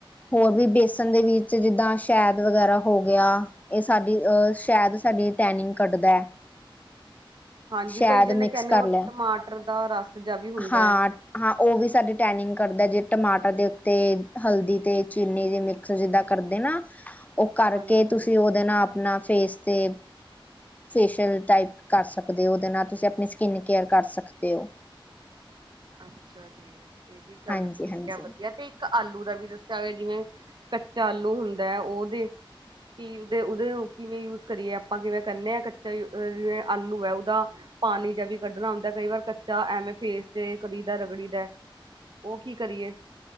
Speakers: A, on the left; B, on the right.
A: ਹੋਰ ਵੀ ਬੇਸਨ ਦੇ ਵਿੱਚ ਜਿੱਦਾਂ ਸ਼ੈਦ ਵਗੈਰਾ ਹੋ ਗਿਆ ਇਹ ਸਾਡੀ ਅਹ ਸ਼ੈਦ ਸਾਡੀ ਟੈਨਿੰਗ ਕਢਦਾ ਹੈ
B: ਹਾਂਜੀ
A: ਸ਼ੈਦ
B: ਕਈ ਜਣੇ
A: ਮਿਕਸ
B: ਕਹਿੰਦੇ
A: ਕਰ
B: ਉਹ
A: ਲਾ
B: ਟਮਾਟਰ ਦਾ ਰਸ ਜਿਹਾ ਵੀ ਹੁੰਦਾ
A: ਹਾਂ
B: ਹੈ
A: ਹਾਂ ਉਹ ਵੀ ਸਾਡੀ ਟੈਨਿੰਗ ਕਰਦਾ ਜੇ ਟਮਾਟਰ ਦੇ ਉੱਤੇ ਹਲਦੀ ਤੇ ਚੀਨੀ ਜੇ ਮਿਕਸ ਜਿੱਦਾਂ ਕਰਦੇ ਨਾ ਉਹ ਕਰਕੇ
B: ਹਾਂਜੀ ਹਾਂਜੀ
A: ਤੁਸੀਂ ਉਹਦੇ ਨਾਲ ਆਪਣਾ ਫੇਸ ਤੇ ਫੇਸ਼ੀਅਲ ਟਾਈਪ ਕਰ ਸਕਦੇ ਹੋ ਉਹਦੇ ਨਾਲ ਤੁਸੀਂ ਆਪਣੀ ਸਕਿੰਨ ਕੇਅਰ ਕਰ ਸਕਦੇ ਹੋ
B: ਅੱਛਾ ਜੀ ਇਹ ਵੀ ਚੱਲ
A: ਹਾਂਜੀ
B: ਠੀਕ
A: ਹਾਂਜੀ
B: ਹੈ ਵਧੀਆ ਤੇ ਇੱਕ ਆਲੂ ਦਾ ਵੀ ਦੱਸਿਆ ਹੋ ਜਿਵੇਂ ਕੱਚਾ ਆਲੂ ਹੁੰਦਾ ਹੈ ਉਹਦੇ ਕਿ ਓਦੇ ਕਿਵੇਂ ਯੂਜ ਕਰੀਏ ਆਪਾਂ ਕਿਵੇਂ ਕਰਨੇ ਆ ਕੱਚਾ ਜਿਵੇਂ ਆਲੂ ਹੈ ਓਦਾ ਪਾਣੀ ਜ ਵੀ ਕੱਢਣਾ ਹੁੰਦਾ ਕਈ ਵਾਰ ਕੱਚਾ ਐਵੇਂ ਫੇਸ ਤੇ ਕਰੀਦਾ ਰਗੜੀ ਦਾ ਉਹ ਕੀ ਕਰੀਏ